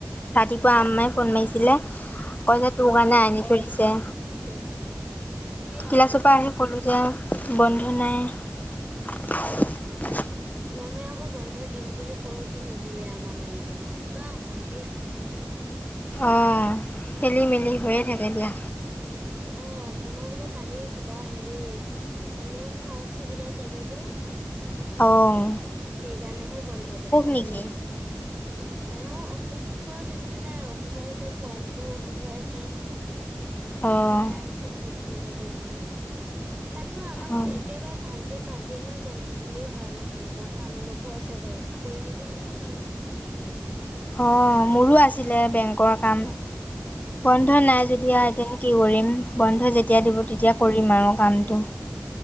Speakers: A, on the left (about 35°); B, on the right (about 30°).
A: ৰাতিপুৱা আম্মাই ফোন মাৰিছিলে কয় যে তোৰ
B: অ
A: কাৰণে আনি থৈ দিছে
B: এতিয়া। সেইয়াইতো
A: ক্লাছৰ পৰা আহি কলো যে বন্ধ নাই <inaudible>
B: মেমে আকৌ বন্ধ দিম বুলি কৈ উঠি নিদিলে আমাৰ মেম জনি কিবা ৰকম দেই।
A: অঁ খেলি মেলি হৈয়ে থাকে দিয়া
B: অ মেমৰ বোলে কালি কিবা হেৰি মানে ফাৰ চি বিলত যাব যে
A: অ
B: সেইকাৰণেহে বন্ধ দিলে
A: নেকি
B: এনে, মেমৰ অসুখৰ নিচিনাই অসুখ হৈ আছে পোৱালিটোও অসুখ হৈ আছে।
A: অঁ
B: সেয়াই চিবিলত লৈ যাব বোলে তাত গৈ আমাক
A: অঁ
B: একেবাৰে ভাল এই পাঁচ দিন মান বন্ধ দিলেই হয় আৰু আমি ঘৰৰ পৰা কাম অলপো আছে ঘৰত কৰি মেলি আহিব পাৰো। <unintelligible>
A: অ,,, মোৰো আছিলে বেংকৰ কাম বন্ধ
B: অ'।
A: নাই যদি‌ আৰু এতিয়ানো কি কৰিম বন্ধ যেতিয়া দিব তেতিয়া কৰিম আৰু কামটো।